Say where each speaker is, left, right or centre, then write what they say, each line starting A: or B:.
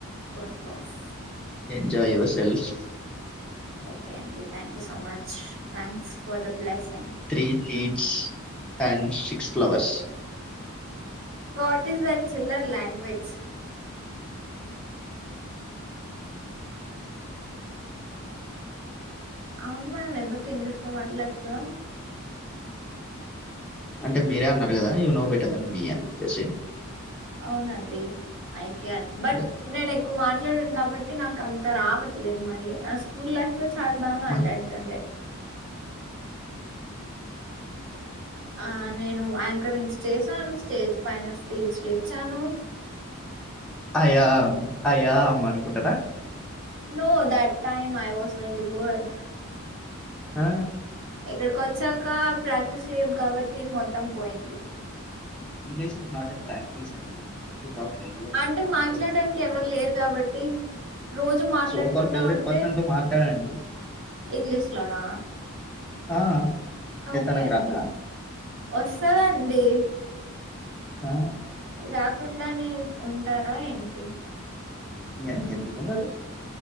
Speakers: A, on the right; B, in the centre.
A: can't loss
B: enjoy yourself
A: okay అండి thank you so much thank for the blessing
B: three seeds and six flowers
A: what is that చిల్లర్ language అవును మనం ఎందుకు English లో మాట్లాడుతున్నాం
B: అంటే మీరే అన్నారు కదా you know better than me అని చెప్పేసి
A: అవునండి అయి కాన్ బట్
B: ఇక
A: నేన్ ఎక్కువ్ మాట్లాడను కాబట్టి నాకు అంత రావట్లేదు మరి నా స్కూల్ లైఫ్ లో చాల్ బాగా మాట్లాడుతుండే
B: మా-
A: ఆ నేను యాంకరింగ్స్ చేశాను స్టేజ్ పైన స్పీచ్లు ఇచ్చాను
B: ఐ యాం ఐ యాం అనుకుంటనా
A: no that time I was very good
B: ఆ
A: ఇక్కడికి వచ్చాక ప్ర క్టీస్ లేదు కాబట్టి మొత్తం పోయింది
B: English it's not a practice అండి టు టాక్ రెగ్యులర్లీ
A: అంటే మాట్లాడానికి
B: అదే
A: ఎవరు లేరు కాబట్టి రోజు మాట్లాడకుండా
B: సో కాల్ ఫేవరెట్
A: ఉంటే
B: పర్సన్ తో మాట్లాడండి
A: ఇంగ్లీష్ లోనా
B: ఆ
A: ఒకే
B: ఏ తనకు
A: అండి
B: రాదా
A: ఓస్ పదండి
B: ఆ
A: రాకుండానే ఉంటారా ఏంటి
B: యన్ ఎందుకుండరు